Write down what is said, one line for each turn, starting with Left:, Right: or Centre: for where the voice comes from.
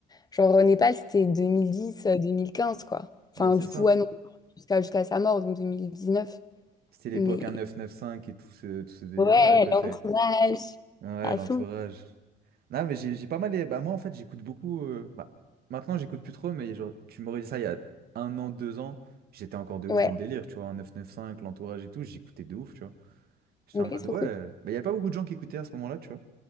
Left: genre euh, Népal c'était 2010, euh, 2015 quoi. Enfin
Right: Ouais, c'est
Left: du
Right: ça.
Left: coup ouais non jusqu'à jusqu'à sa mort donc 2019.
Right: C'était l'époque
Left: Mais
Right: 1995 et tout ce, tout ce délire-là,
Left: Ouais,
Right: à côté.
Left: l'entourage.
Right: Ouais,
Left: à
Right: l'entourage.
Left: son.
Right: Non, mais j'ai j'ai pas mal. Bah, moi, en fait, j'écoute beaucoup. euh, Bah, maintenant, j'écoute plus trop, mais genre, tu m'aurais dit ça il y a un an, deux ans, j'étais encore de ouf
Left: Ouais,
Right: dans le délire, tu vois, un neuf neuf cinq l'entourage et tout, j'écoutais de ouf, tu vois. J'étais
Left: mais
Right: en mode,
Left: c'est trop
Right: ouais.
Left: cool.
Right: euh, Bah il y a pas beaucoup de gens qui écoutaient à ce moment-là, tu vois.